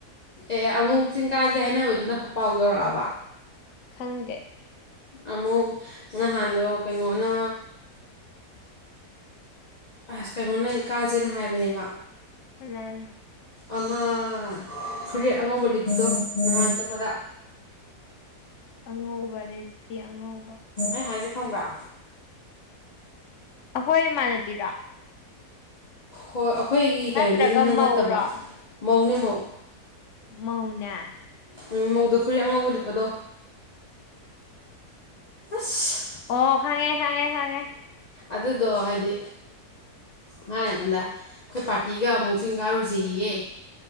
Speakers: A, on the left (about 80°); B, on the left (about 65°).
A: ꯑꯦ ꯑꯃꯨꯛ ꯆꯤꯡꯀꯥꯁꯦ ꯍꯥꯏꯅꯕ ꯑꯗꯨꯅ ꯄꯥꯎ ꯌꯧꯔꯛꯑꯕ
B: ꯈꯪꯗꯦ
A: ꯑꯃꯨꯛ ꯅꯍꯥꯟꯗꯣ ꯀꯩꯅꯣꯅ ꯑꯁ ꯀꯩꯅꯣꯅ ꯀꯥꯁꯦꯅ ꯍꯥꯏꯕꯅꯦꯕ
B: ꯀꯅꯥꯅ
A: ꯑꯃꯥ ꯐꯨꯔꯤꯠ ꯑꯉꯧꯕ ꯂꯤꯠꯄꯗꯣ ꯅꯍꯥꯟ ꯆꯠꯄꯗ
B: ꯑꯉꯧꯕ ꯂꯤꯠꯄꯤ ꯑꯉꯧ
A: ꯑꯩ ꯍꯥꯏꯖꯦ ꯈꯪꯕ꯭ꯔꯥ
B: ꯑꯍꯣꯏ ꯏꯃꯥꯟꯅꯕꯤꯔꯣ
A: ꯍꯣꯏ ꯑꯧ ꯑꯩꯈꯣꯏꯒꯤ
B: ꯅꯠꯇ꯭ꯔꯒ
A: ꯀꯩꯅꯣꯗꯒꯤ ꯅꯠꯅꯠꯇꯕ
B: ꯃꯧꯔꯣ
A: ꯃꯧꯅꯦ ꯃꯧ
B: ꯃꯧꯅꯦ
A: ꯎꯝ ꯃꯧꯗ ꯐꯨꯔꯤꯠ ꯑꯉꯧꯕ ꯂꯤꯠꯄꯗꯣ ꯑꯁ
B: ꯑꯣ ꯈꯪꯉꯦ ꯈꯪꯉꯦ ꯈꯪꯉꯦ <inaudible>
A: ꯑꯗꯨꯗꯣ ꯍꯥꯏꯗꯤ ꯃꯥꯅ ꯑꯩꯉꯣꯟꯗ ꯑꯩꯈꯣꯏ ꯄꯥꯔꯇꯤꯒ ꯑꯃꯨꯛ ꯆꯤꯡ ꯀꯥꯔꯨꯖꯦꯌꯦ